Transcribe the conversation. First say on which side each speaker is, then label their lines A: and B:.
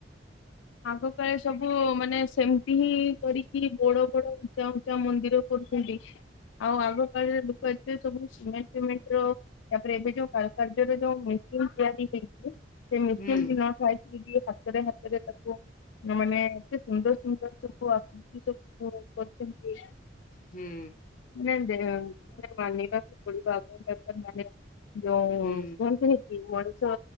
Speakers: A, on the left; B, on the left.
A: ଆଗ କାଳେ ସବୁ ମାନେ ସେମିତି ହିଁ କରିକି ବଡ ବଡ ଉଚ୍ଚା ଉଚ୍ଚା ମନ୍ଦିର କରୁ ଚନ୍ତି। ଆଉ ଆଗ କାଳରେ ଲୋକ ଏତେ ସବୁ ସିମେଣ୍ଟି ଫିମେଣ୍ଟ ର ତାପରେ ଏବେ ଯୋଉ କାରୁକାର୍ଯ୍ୟ ର ଯୋଉ ତିଆରି ହେଇଚି ସେ ମେସିନ୍
B: ହୁଁ।
A: ବି ନ ପାଇକି ବି ହାତରେ ହାତରେ ତାକୁ ମାନେ ଏତେ ସୁନ୍ଦର ସୁନ୍ଦର ସବୁ ଆକୃତି ସବୁ କରିଚନ୍ତି।
B: ହୁଁ
A: ନା ଦେ <unintelligible> ବନେଇବାକୁ ପଡିବ ଆଗ‌କୁ <unintelligible> ଯୋଉ
B: ହୁଁ
A: କୁହନ୍ତିନି କି ମଣିଷ